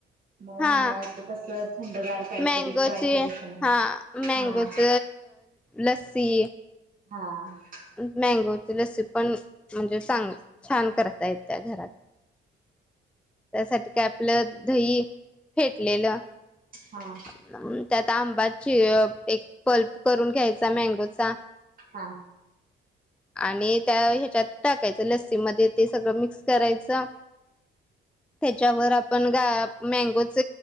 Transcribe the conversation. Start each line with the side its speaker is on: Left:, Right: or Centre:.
Right: मग
Centre: हा
Right: उन्हाळ्यात कसं थंडगार काहीतरी
Centre: म्यांगोचे
Right: ट्राय केलेस का नाही?
Centre: हा म्यांगोच.
Right: हा
Centre: लस्सी.
Right: हा <unintelligible>
Centre: म्यांगोची लस्सी पण, म्हणजे सांग छान करा. त्या त्या घरात, त्यासाठी काय प, आपलं दही फेटलेलं. <inaudible>
Right: हा
Centre: त्यात आंब्याची एक पल्प करून घ्यायचा मँगोचा
Right: हा.
Centre: आणि त्या त्यात टाकायच लस्सी मध्ये ते सगळं मिक्स करायचं. त्याच्यावर आपण गा म्यांगोच